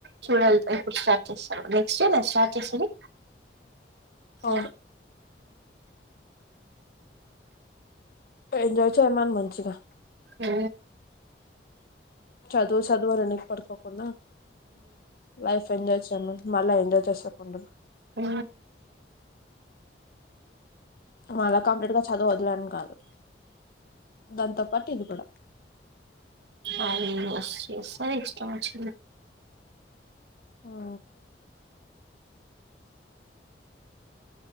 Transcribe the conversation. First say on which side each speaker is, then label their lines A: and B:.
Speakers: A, on the right; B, on the left.
A: చూడాలి ఇప్పుడు స్టార్ట్ చేస్తారు నెక్స్ట్ డే నా స్టార్ట్ చేసేది.
B: అవును
A: ఊ.
B: ఎంజాయ్ చేయమను మంచిగా.
A: ఊ.
B: చదువు చదువుని ఎనకి పడుకోకుండా లైఫ్ ఎంజాయ్. మళ్ళా ఎంజాయ్ చేస్తాకుండదు.
A: ఊ.
B: అలా కంప్లీట్ గా చదు వదులేని కాదు దాంతో పాటు ఇది కూడా.
A: ఆయన ఇన్వెస్ట్ చేశారు ఎక్స్ట్రా వచ్చింది.
B: ఆ.